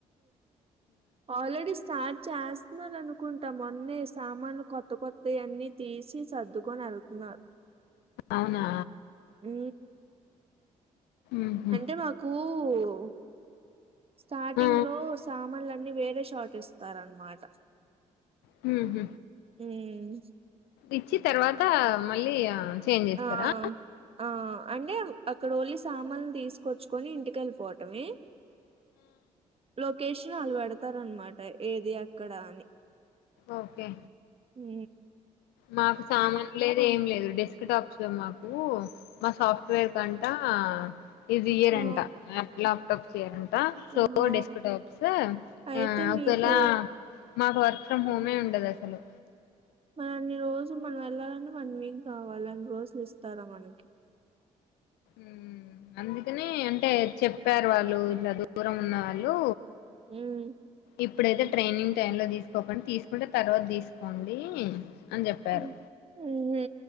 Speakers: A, on the right; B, on the left.
A: ఆలరెడ్డి స్టార్ట్ చేస్తున్నాార అనుకుంటా మొన్నే సామాన్లు కొత్త కొత్త అన్ని తీసి సర్దుకొని వెళ్తున్నారు
B: అవునా
A: హ్
B: ఉహు
A: అంటే మాకు వ స్టార్టింగ్
B: ఆ
A: లో సామాన్లు అన్ని వేరే షాట్ ఇస్తారన్నమాట
B: హూ హ్
A: హమ్
B: ఇచ్చి తర్వాత మళ్ళీ చేంజ్ చేస్తారా
A: ఆ ఆ అంటే అక్కడ ఓన్లీ సామాన్లు తీసుకొచ్చుకని ఇంటికి వెళ్ళిపోవటమే లోకేషన్ అల్వాడ పెడతారనమాట ఏది అక్కడ అని
B: ఓకే
A: ఉ
B: మాకు సామాను లేదు ఏం లేదు డెస్క్ టాప్స్ మాకు మా సాఫ్ట్వేర్ కంటా ఇది ఇయర్
A: ఆ!
B: అంటా లాప్టాప్ చేరండి అ సో
A: ఆ!
B: డెస్క్ టాప్స్
A: అయితే
B: ఆ ఒకవేలా
A: మీకు
B: మాకు వర్క్ ఫ్రమ్ హోమే ఉండదు అసలు
A: మన అన్ని రోజు మనం వెళ్ళాలంటని వన్ వీక్ కావాలి అన్ని రోజులు ఇస్తారా మనకి
B: హ్ అందుకని అంటే చెప్పారు వాళ్ళు ఇట్లా దూరం ఉన్న వాళ్ళు
A: హ్మ్.
B: ఇప్పుడు అయితే ట్రైనింగ్ టై లో తీసుకోకన్ తీసుకుంటే తర్వాత తీసుకోండి అని చెప్పారు
A: ఉ హు